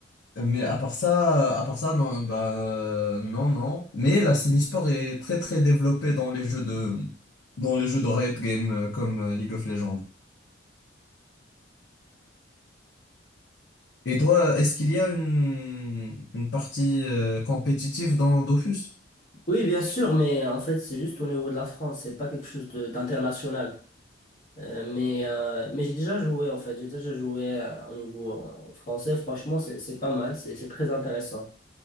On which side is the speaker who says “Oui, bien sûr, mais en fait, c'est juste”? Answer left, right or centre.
Left